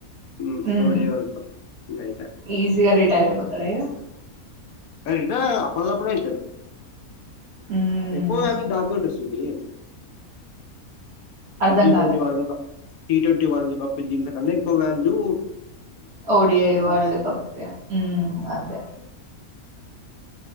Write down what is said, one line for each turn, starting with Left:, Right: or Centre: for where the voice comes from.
Left: ఉ
Right: ఉమ్
Left: ఓడే వరల్డ్ కప్ ఇగ అయిపాయే
Right: ఈజీగా రిటైర్ అయిపోతాడు ఇగ
Left: అయినా అప్పడిదప్పుడే అయితరు
Right: ఉమ్
Left: ఎక్కువ గానీ దాంతో టసూకే
Right: అర్ధం
Left: ఈ టి
Right: కాలే
Left: twenty world cup T twenty world cup ఇంక ఇంత కన్న ఎక్కువకాదు
Right: ఓడిఐ వర్ల్డ్ కప్ కే ఉ అదే